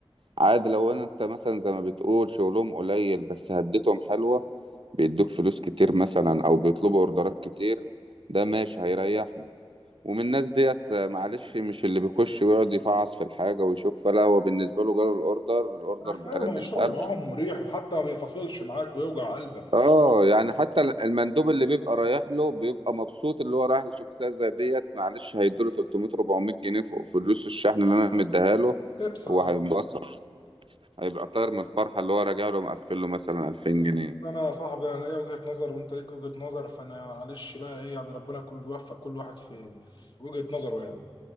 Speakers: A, on the right; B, on the left.
A: عادي لو انا انت مثلا زي ما بتقول شغلهم قليل بس هدتهم حلوة بيدوك فلوس كتير مثلا او بيطلبوا اوردرات كتير ده ماشي هيريحني ومن الناس ديت معلش مش اللي بيخش ويقعد يفعص في الحاجة ويشوف لا هو بالنسبة له جاله الأوردر الأوردر
B: انا فاهم
A: بتلاتين
B: هو الشغل
A: ألف،
B: معاهم مريح وحتى ما بيفصلش معاك ويوجع قلبك
A: اه يعني حتى المندوب اللي بيبقى رايح له بيبقى مبسوط اللي هو رايح لشخصيه زي ديت معلش هيدوله 300 400 جنيه فوق فلوس الشحن اللي انا مديها له
B: <clears throat> تبس اه
A: هو هينبسط هيبقى طاير من الفرحه اللي هو راجع له مقفل له مثلا 2000 جنيه
B: بس انا يا صاحبي انا ليا وجهه نظر وانت ليك وجهه نظر فانا معلش بقى ايه يعني ربنا كل يوفق كل واحد في, في وجهه نظره يعني